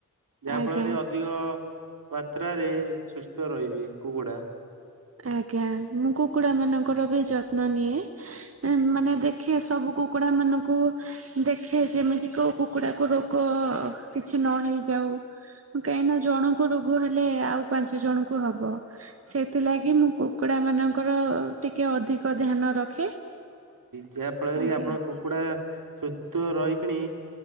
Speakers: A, on the right (about 70°); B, on the right (about 45°).
A: ଯାହା
B: ଆଜ୍ଞା
A: ଫଳରେ ଅଧିକ ମାତ୍ରାରେ ସୁସ୍ଥ ରହିବି କୁକୁଡ଼ା।
B: ଆଜ୍ଞା ମୁଁ କୁକୁଡା ମାନଙ୍କର ବି ଯତ୍ନ ନିଏ। ମାନେ ଦେଖେ ସବୁ କୁକୁଡା ମାନଙ୍କୁ କୁ। ଦେଖେ ଯେମିତି କୋଉ କ କୁକୁଡାକୁ ରୋଗ କିଛି ନ ହେଇଯାଉ କାହିଁକିନା ଜଣଙ୍କୁ ରୋଗ ହେଲେ ଆଉ ପାଞ୍ଚ ଜଣଙ୍କୁ ହବ ସେ ଥିଲା କି ମୁଁ କୁକୁଡ଼ା ମାନଙ୍କର ଟିକେ ଅଧିକ ଧ୍ୟାନ ରଖେ।
A: ଯାହାଫଳରେ
B: ଆଜ୍ଞା
A: କି ଆପଣ କୁକୁଡ଼ା ସୁସ୍ଥ ରହିକିଣି